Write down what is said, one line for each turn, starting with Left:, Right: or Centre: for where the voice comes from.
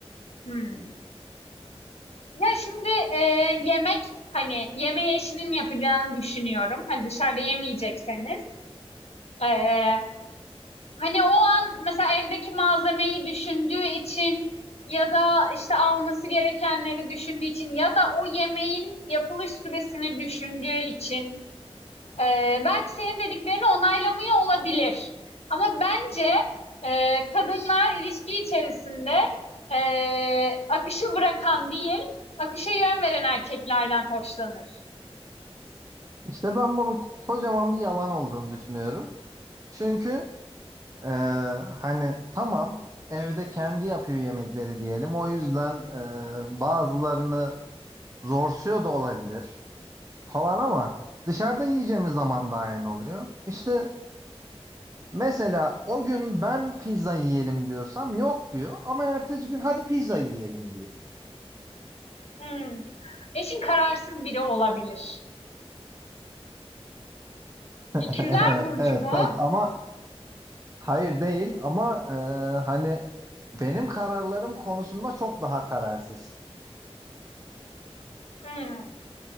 Left: hımm, ya, şimdi, eee, yemek, hani, yemeği eşinin yapacağını düşünüyorum. Hani, dışarıda yemeyecekseniz. Eee, hani, o an mesela evdeki malzemeyi düşündüğü için ya da, işte, alması gerekenleri düşündüğü için ya da o yemeğin yapılış süresini düşündüğü için, Ee, belki senin dediklerini onaylamıyor olabilir. Ama bence e, kadınlar ilişki içerisinde e, akışı bırakan değil, akışa yön veren erkeklerden hoşlanır.
Right: İşte ben bunun kocaman bir yalan olduğunu düşünüyorum. Çünkü Ee, hani tamam evde kendi yapıyor yemekleri diyelim. O yüzden e, bazılarını zorsuyor da olabilir falan ama dışarıda yiyeceğimiz zaman da aynı oluyor. İşte mesela o gün ben pizza yiyelim diyorsam yok diyor ama ertesi gün hadi pizza yiyelim diyor.
Left: Hmm. Eşin kararsız biri olabilir.
Right: <laughs>
Left: İkizler Burcu
Right: Evet
Left: mu?
Right: belki ama hayır değil ama e, hani benim kararlarım konusunda çok daha kararsız.
Left: Hmm.